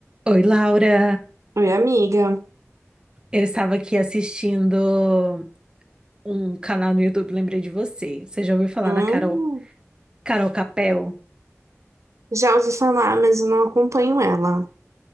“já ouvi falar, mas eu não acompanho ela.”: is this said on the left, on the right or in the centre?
Right